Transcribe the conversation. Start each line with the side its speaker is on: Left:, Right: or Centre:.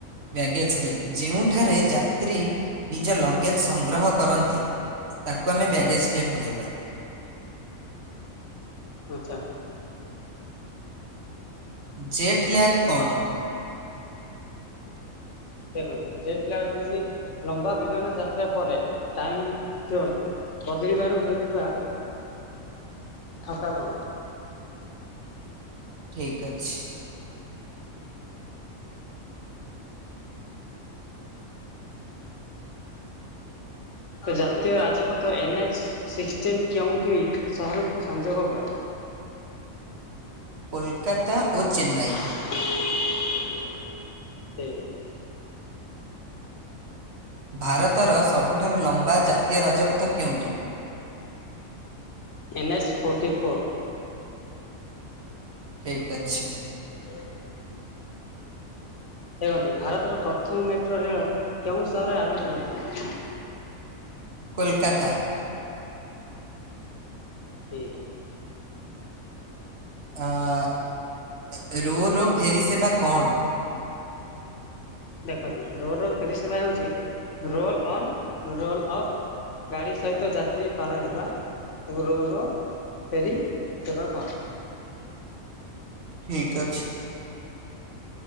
Right: ବ୍ୟାଗେଜ କ୍ଲମେ ଯେଉଁଠାରେ ଯାତ୍ରୀ ନିଜ ଲଗେଜ ସଂଗ୍ରହ କରନ୍ତି। ତାକୁ ଆମେ ବ୍ୟାଗେଜ କ୍ଲେମ କହିବା
Left: ଆଚ୍ଛା
Right: ଜେଟ୍ ଲ୍ୟାଗ୍ କଣ?
Left: ଦେଖନ୍ତୁ ଜେଟ୍ ଲ୍ୟାଗ୍ ହୋଉଛି ଲମ୍ବା ବିମାନ ଯାତ୍ରା ପରେ ଟାଇମ୍ ଜୋନ୍ ବଦଳିବାରୁ ହେଉଥିବା ଠଙ୍କାପଣ
Right: ଠିକ ଅଛି
Left: ଏ ଜାତୀୟ ରାଜପଥ ଏନଚ ସିକ୍ସଟିନ୍ କେଉଁ ଦୁଇ ସହରକୁ ସଂଯୋଗ କରେ?
Right: କୋଲକାତା ଓ ଚେନ୍ନାଇ
Left: <inaudible> ସେ୍ <unintelligible>
Right: ଭାରତର ସବୁଠାରୁ ଲମ୍ବା ଜାତୀୟ ରାଜପଥ କେଉଁଠି?
Left: ଏନ୍ ଏସ୍ ଫୋର୍ଟି ଫୋର୍ ତ <unintelligible>
Right: ଠିକ ଅଛି
Left: କହିଥିଲ କି ଦେଖନ୍ତୁ ଭାରତର ପ୍ରଥମ ମେଟ୍ରୋ ରେଳ କେଉଁ ସହରରେ ଆରମ୍ଭ ହୋଇଥିଲା?
Right: କୋଲକାତା
Left: ଠିକ୍
Right: ଅ ରୋ ରୋ ଫେରି ସେବା କଣ?
Left: ଦେଖନ୍ତୁ ରୋ ର ଫେରି ସେବା ହେଉଛି ରୋଲ୍ ଅନ୍ ରୋଲ୍ ଅଫ୍ ଗାଡ଼ି ସହିତ ଯାତ୍ରୀ ପାର ହେବା ତାକୁ ରୋ ରୋ ସେରି ସେବା କୁହନ୍ତି
Right: ଠିକି ଅଛି